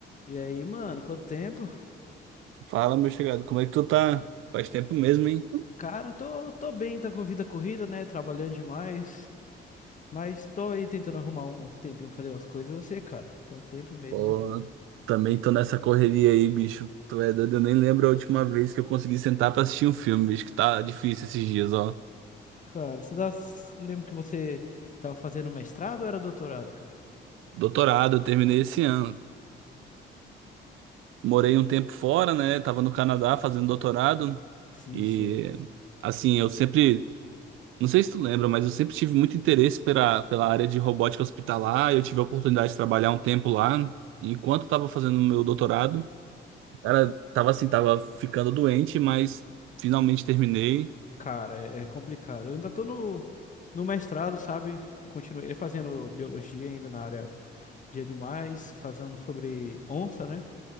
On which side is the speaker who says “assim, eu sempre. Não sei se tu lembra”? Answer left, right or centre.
Right